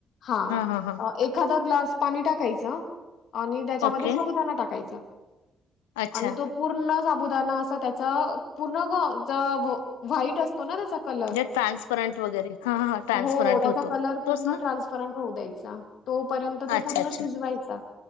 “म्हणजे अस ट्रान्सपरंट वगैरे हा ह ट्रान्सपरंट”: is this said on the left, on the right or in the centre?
Left